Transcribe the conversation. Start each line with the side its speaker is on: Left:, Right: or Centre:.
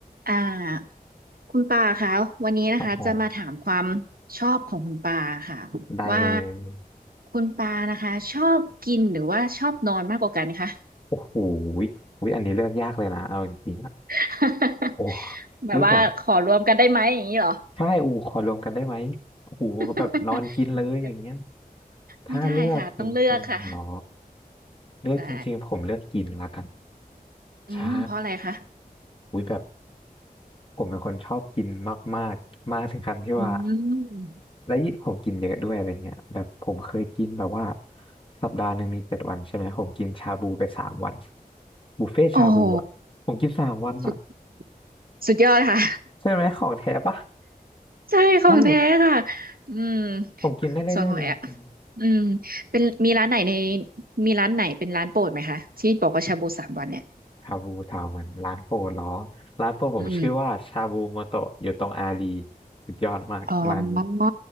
Right: อ่าคุณปาคะวันนี้นะคะจะมาถามความ
Left: ครับผม
Right: ชอบของคุณปาค่ะ
Left: ได้เลย
Right: ว่าคุณปานะคะชอบกินหรือว่าชอบนอนมากกว่ากันคะ
Left: โอ้โหวิวิอันนี้เลือกยากเลยนะเอาจริงๆอะ
Right: <laughs>
Left: โอ้
Right: แบบว่าขอรวมกันได้ไหมอย่างนี้เหรอ
Left: วิผมใช่โอ้ขอรวมกันได้ไหมโอ้โหแบบนอนกินเลยอย่างเงี้ย
Right: <laughs>
Left: ถ้าเลือกจริงๆเหรอ
Right: ไม่ได้ค่ะต้องเลือกค่ะ
Left: เลือกจริงๆผมเลือกกินละกัน
Right: ใช่อืมเพราะอะไรคะ
Left: ใช่อุ้ยแบบผมเป็นคนชอบกินมากมากมากถึงขั้นที่ว่า
Right: อืม
Left: และยิ่งผมกินเยอะด้วยอะไรเงี้ยแบบผมเคยกินแบบว่าสัปดาห์หนึ่งมีเจ็ดวันใช่ไหมผมกินชาบูไปสามวันบุฟเฟ่ชาบูอ่ะผมกินสามวันอ่ะ
Right: โอ้โหสุดสุดยอดค่ะ
Left: ใช่ไหมของแท้ปะ
Right: ใช่ของแท้ค่ะ
Left: ใช่
Right: อืม
Left: ผมกินได้เรื่อยๆเลยจริง
Right: ส่วนของแอปอืมเป็นมีร้านไหนในมีร้านไหนเป็นร้านโปรดไหมคะที่บอกว่าชาบูสามวันเนี่ย
Left: ชาบูสามวันร้านโปรดเหรอร้านโปรดผมชื่อว่าชาบูโมโตะอยู่ตรงอารี
Right: อืม
Left: สุดยอดมากร้านนี้
Right: อ๋อ